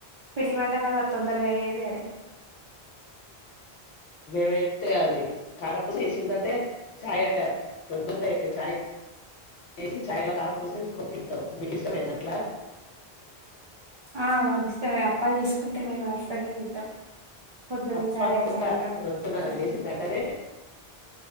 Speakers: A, on the right; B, on the left.
A: పిండి వంటలల్ల తొందరగా అయ్యేది అదే
B: మేమైతే అది కారాపూసి యేసిందంటే చాయ ప్రొద్దున్నే చాయ్ వేసి చాయ్లో కారపూసి వేసుకొని తింటాం మీకు ఇష్టమేనా అట్లా
A: ఆ మాకు ఇష్టంమే అప్పాలు జేసుకుంటే మేము అట్లనే తింటాం పొద్దున్న
B: తప్పకుండా
A: చాయ సాయంత్రం
B: ప్రొద్దున
A: చాయ్
B: లేసిందంటనేే